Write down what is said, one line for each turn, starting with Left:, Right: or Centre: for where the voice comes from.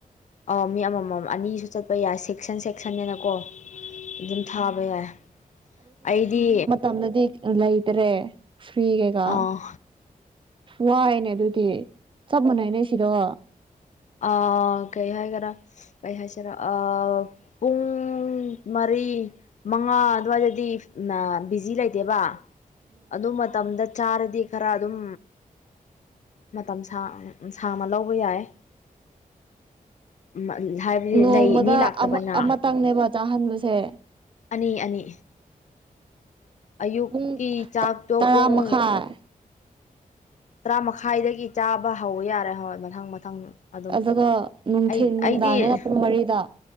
Left: ꯑꯥ ꯃꯤ ꯑꯃꯃꯝ ꯑꯅꯤꯁꯨ ꯆꯠꯄ ꯌꯥꯏ ꯁꯦꯛꯁꯟ ꯁꯦꯛꯁꯟꯅꯤꯅꯀꯣ ꯑꯗꯨꯝ ꯊꯥꯕ ꯌꯥꯏ ꯑꯩꯗꯤ
Right: ꯌꯥꯝꯅꯗꯤ ꯂꯩꯇ꯭ꯔꯦ ꯐ꯭ꯔꯤ ꯀꯩꯀꯥ
Left: ꯑꯥ
Right: ꯋꯥꯏꯅꯦ ꯑꯗꯨꯗꯤ ꯆꯞ ꯃꯥꯟꯅꯩꯅꯦ ꯁꯤꯗꯒ
Left: ꯑꯥ ꯀꯩ ꯍꯥꯏꯒꯦꯔ ꯀꯩ ꯍꯥꯏꯁꯤꯔꯥ ꯑꯥ ꯄꯨꯡ ꯃꯔꯤ ꯃꯉꯥ ꯑꯗꯨꯋꯥꯏꯗꯗꯤ ꯑꯥ ꯕꯤꯖꯤ ꯂꯩꯇꯦꯕ ꯑꯗꯨ ꯃꯇꯝꯗ ꯆꯥꯔꯗꯤ ꯈꯔ ꯑꯗꯨꯝ ꯃꯇꯝ ꯁꯥꯡ ꯁꯥꯡꯅ ꯂꯧꯕ ꯌꯥꯏꯌꯦ ꯎꯪ ꯍꯥꯏꯕꯗꯤ
Right: ꯅꯣꯡꯃꯗ
Left: ꯂꯩ ꯃꯤ ꯂꯥꯛꯇꯕꯅ
Right: ꯑꯃꯇꯪꯅꯦꯕ ꯆꯥꯍꯟꯕꯁꯦ
Left: ꯑꯅꯤ ꯑꯅꯤ ꯑꯌꯨꯛꯀꯤ
Right: ꯄꯨꯡ
Left: ꯆꯥꯛꯇꯣ
Right: ꯇꯔꯥ
Left: ꯄꯨꯡ
Right: ꯃꯈꯥꯏ
Left: ꯇꯔꯥ ꯃꯈꯥꯏꯗꯒꯤ ꯆꯥꯕ ꯍꯧ ꯌꯥꯔꯦ ꯍꯣꯏ ꯃꯊꯪ ꯃꯊꯪ ꯑꯗꯨꯝ
Right: ꯑꯗꯨꯒ ꯅꯨꯡꯊꯤꯟ
Left: ꯑꯩ
Right: ꯅꯨꯡꯗꯥꯡꯗꯅ
Left: ꯑꯩꯗꯤ
Right: ꯄꯨꯡ ꯃꯔꯤꯗ